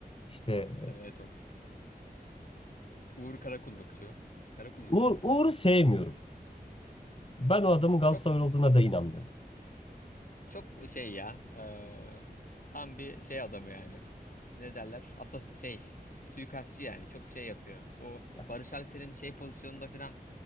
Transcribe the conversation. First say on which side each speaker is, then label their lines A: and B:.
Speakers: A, on the left (about 35°); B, on the left (about 55°).
A: İşte
B: Demeye Toks. Uğur Karakullukçu. Karakullukçu
A: e, Uğur,
B: muydu?
A: Uğur'u sevmiyorum. Ben o adamın Galatasaray
B: Çok
A: olduğuna da inanmıyorum.
B: çok şey ya. eee, tam bir şey adamı yani. Ne derler? Asas şey su- suikastçı yani. Çok şey yapıyor. O
A: Ya.
B: Barış Alper'in şey pozisyonunda falan